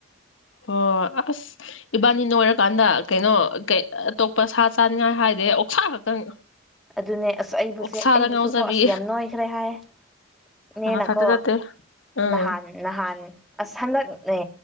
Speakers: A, on the left; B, in the centre.
A: ꯍꯣ ꯑꯁ ꯏꯕꯥꯅꯤꯅꯣꯏꯔꯀꯥꯟꯗ ꯀꯩꯅꯣ ꯀ ꯑꯇꯣꯞꯄ ꯁꯥ ꯆꯥꯅꯤꯡꯉꯥꯏ ꯍꯥꯏꯗꯤꯦ ꯑꯣꯛꯁꯥ ꯈꯛꯇꯪ
B: ꯑꯗꯨꯅꯦ ꯑꯁ ꯑꯩꯕꯨꯁꯦ
A: ꯑꯣꯛꯁꯥꯗ
B: ꯑꯩꯕꯨꯁꯨꯀꯣ
A: ꯉꯥꯎꯖꯕꯤ
B: ꯑꯁ ꯌꯥꯝ ꯅꯣꯏꯈ꯭ꯔꯦ ꯍꯥꯏꯌ ꯅꯦꯅꯀꯣ
A: ꯃꯊꯟꯇ ꯅꯠꯇꯦ ꯎꯝ
B: ꯅꯍꯥꯟ ꯅꯍꯥꯟ ꯑꯁ ꯍꯟꯗꯛꯅꯦ